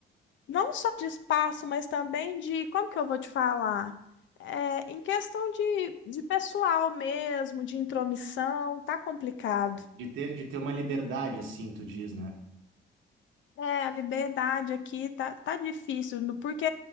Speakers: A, on the left; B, on the right.
A: não só de espaço, mas também de, como que eu vou te falar? É, em questão de, de pessoal mesmo, de intromissão, tá complicado.
B: De ter, de ter uma liberdade, assim, tu diz, né?
A: É, a liberdade aqui tá, tá difícil, no- porque